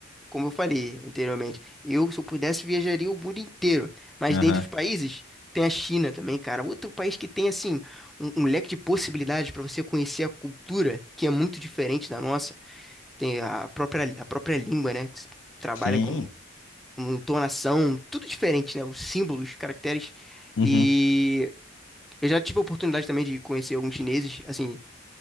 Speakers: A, in the centre; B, on the left.
A: como eu falei anteriormente. Eu, se eu pudesse, viajaria o mundo inteiro. Mas
B: Aham.
A: dentre os países, tem a China também, cara. Outro país que tem, assim, um, um leque de possibilidades para você conhecer a cultura, que é muito diferente da nossa. Tem a própria, a própria língua, né? Que se trabalha
B: Sim.
A: com, com entonação, tudo diferente, né? Os símbolos, os caracteres.
B: Uhum.
A: E eu já tive a oportunidade também de conhecer alguns chineses, assim